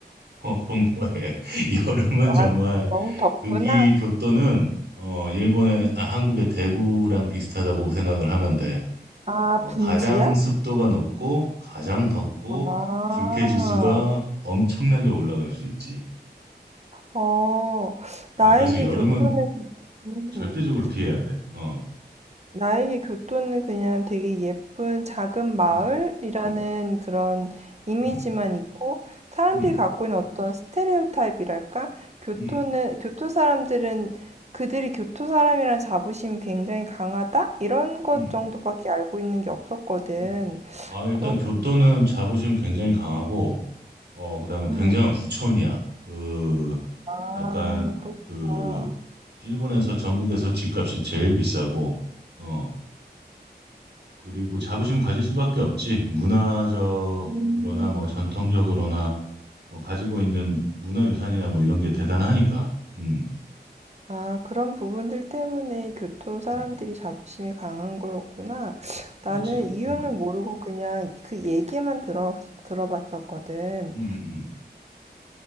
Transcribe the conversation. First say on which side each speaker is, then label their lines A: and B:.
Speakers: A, on the right; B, on the right.
A: <laughs> 공부해. 여름은
B: 아,
A: 정말
B: 너무 덥구나.
A: 거기 교토는 어 일본의
B: 음.
A: 아, 한국의 대구랑 비슷하다고 생각을 하면 돼.
B: 아,
A: 어,
B: 분지야?
A: 가장 습도가 높고 가장 덥고
B: 아,
A: 불쾌 지수가 엄청나게 올라갈 수 있지.
B: 어,
A: 어
B: 나에게
A: 그래서 여름은
B: 교통의, 음.
A: 절대적으로 피해야 돼. 어.
B: 나에게 교토는 그냥 되게 예쁜 작은 마을이라는
A: 음.
B: 그런 이미지만
A: 음.
B: 있고 사람들이
A: 음.
B: 갖고 있는 어떤 스테레오타입이랄까? 교토는
A: 음.
B: 교토 사람들은 그들이 교토 사람이라는 자부심이 굉장히 강하다? 이런 것
A: 음.
B: 정도밖에 알고 있는 게 없었거든.
A: 음. 아 일단
B: 그렇구나.
A: 교토는 자부심 굉장히 강하고 어 그다음에 굉장한
B: 음.
A: 부촌이야. 그
B: 아,
A: 약간
B: 그렇구나.
A: 그 일본에서 전국에서 집값이 제일 비싸고 어, 그리고 자부심 가질 수밖에 없지. 문화적으로나
B: 음.
A: 뭐 전통적으로나 뭐 가지고 있는 문화유산이나 뭐 이런 게 대단하니까. 음,
B: 아, 그런 부분들 때문에 교토 사람들이
A: 음,
B: 자부심이 강한 거였구나.
A: 그렇지.
B: 나는 이유는
A: 음,
B: 모르고 그냥 그 얘기만 들어, 들어봤었거든.
A: 음, 음. 음.